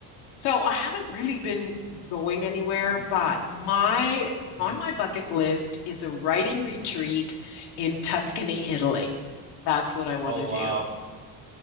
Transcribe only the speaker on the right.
hmm
hmm
hmm
hmm
Oh,
wow.